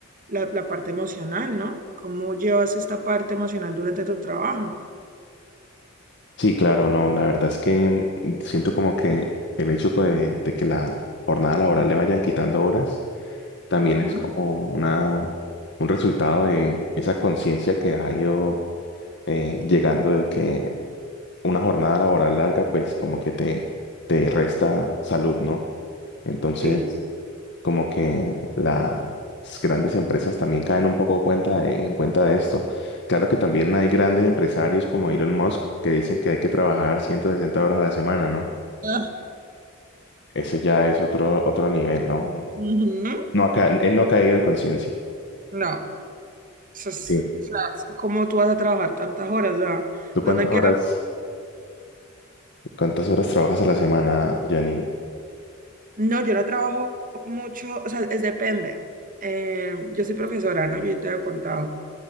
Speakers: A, on the right; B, on the left.
A: la, la parte emocional, ¿no? ¿Cómo llevas esta parte emocional durante tu trabajo?
B: sí, claro, no, la verdad es que siento como que el hecho que- de que la jornada laboral le vayan quitando horas, también
A: Ujú.
B: es como una, un resultado de esa conciencia que ha ido eh, llegando de que una jornada laboral larga, pues como que te, te resta salud, ¿no? Entonces,
A: Sí.
B: como que las grandes empresas también caen un poco cuenta de- en cuenta de esto. Claro que también hay grandes empresarios como Elon Musk que dicen que hay que trabajar 160 horas a la semana, ¿no?
A: Ah.
B: Ese ya es otro, otro nivel, ¿no?
A: Ujú.
B: No ha ca- él no ha caído en conciencia.
A: No, eso es-
B: Sí.
A: o sea, es ¿cómo tú vas a trabajar tantas horas? O sea,
B: ¿Tú
A: ¿dónde
B: cuántas
A: queda?
B: horas? ¿Cuántas horas trabajas a la semana, Janine?
A: No, yo no trabajo mucho, o sea, es depende. Eh, yo soy profesora, ¿no? Yo te había contado.